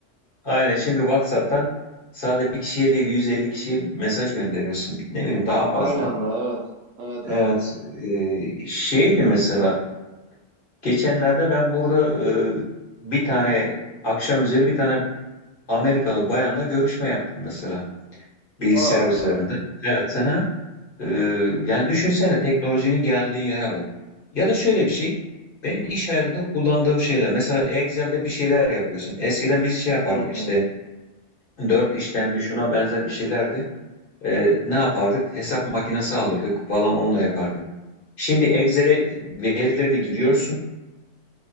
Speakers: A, on the left; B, on the right.
A: aynen şimdi WhatsApp'tan sadece bir kişiye değil 150 kişiye mesaj gönderiyorsun. Ne bileyim daha
B: Aynı
A: fazla.
B: anda evet. Evet
A: Evet
B: evet.
A: e, şeydi mesela geçenlerde ben burada e, bir tane akşam üzeri bir tane Amerikalı bayanla görüşme yaptım mesela bilgisayar
B: Aa,
A: üzerinde.
B: evet.
A: Evet. Aha. Ee, yani düşünsene teknolojinin geldiği yere bak. Ya da şöyle bir şey. Benim iş hayatında kullandığım şeyler. Mesela Excel'de bir şeyler yapıyorsun. Eskiden biz şey yapardık
B: Hı hı.
A: işte. Dört işlemdi şuna benzer bir şeylerdi. Ee, ne yapardık?
B: hı.
A: Hesap makinesi alırdık falan onunla yapardık. Şimdi Excel'e verilerini giriyorsun.